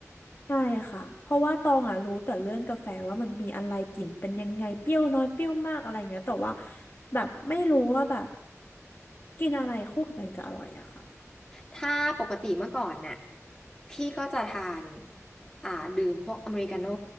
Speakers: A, on the left; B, on the left.
A: ใช่ค่ะเพราะว่าตองอ่ะรู้แต่เรื่องกาแฟว่ามันมีอะไรกลิ่นเป็นยังไงเปรี้ยวน้อยเปรี้ยวมากอะไรเงี้ยแต่ว่าแบบไม่รู้ว่าแบบกินอะไรคู่กับอะไรถึงจะอร่อยอะค่ะ
B: ถ้าปกติเมื่อก่อนน่ะพี่ก็จะทานอ่าดื่มพวกอเมริกาโน่